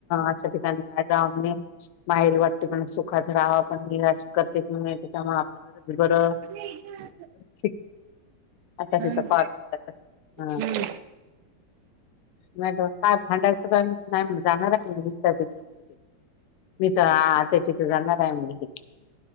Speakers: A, on the left; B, on the right.
A: असं ठिकाणी काय जाऊ नाही. आईला वाटते पण सुखात राहावं, पण मी राज करते त्याच्यामुळं.
B: इथं
A: <unintelligible> अच्छा
B: हम्म
A: तिचा पा <unintelligible> हा.
B: हम्म
A: नाही काय भांडायच काय मने नाही जाणार आहे. <unintelligible> मी तर त्याच्यात जाणार आहे म्हणे